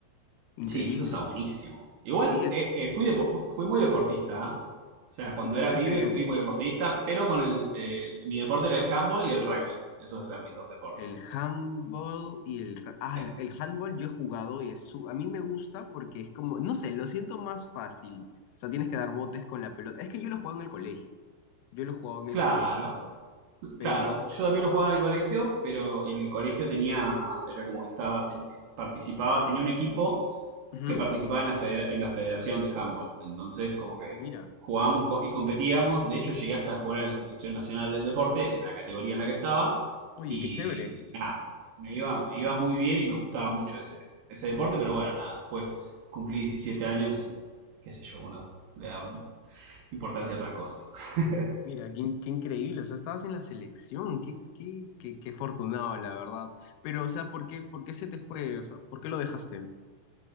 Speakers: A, on the left; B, on the right.
A: Increíble.
B: Sí, eso está buenísimo. Igual
A: Sí, es,
B: eh, eh, fui, depo- fui muy deportista. ¿ah? O sea, cuando
A: me
B: era
A: parece
B: pibe
A: bien.
B: fui muy deportista, pero con el, el- mi deporte era el handball y el rugby. Esos eran mis dos deportes.
A: El handball y el... ra- Ah,
B: Eh,
A: el, el handball yo he jugado y es su... A mí me gusta porque es como, no sé, lo siento más fácil. O sea, tienes que dar botes con la pelota. Es que yo lo jugaba en el colegio. Yo lo jugaba en
B: claro,
A: el colegio,
B: claro.
A: pero...
B: Yo también lo jugaba en el colegio, pero el colegio tenía, era como que estaba, ten- participaba, tenía un equipo
A: Ujú.
B: que participaba en la, feder- en la Federación de Handball. Entonces, como que
A: Ah, mira.
B: jugábamos co- y competíamos. De hecho, llegué hasta a jugar en la Selección Nacional del Deporte, en la categoría en la que estaba.
A: Oye,
B: Y,
A: qué chévere.
B: y nada, me iba, me iba muy bien y me gustaba mucho ese, ese deporte. Pero bueno, nada, después cumplí 17 años y qué sé yo, uno le da importancia a otras cosas. <laughs>
A: Mira, qué, in- qué increíble. O sea, estabas en la selección. Qué, qué, qué, qué afortunado, la verdad. Pero, o sea, ¿por qué, por qué se te fue? O sea, ¿por qué lo dejaste?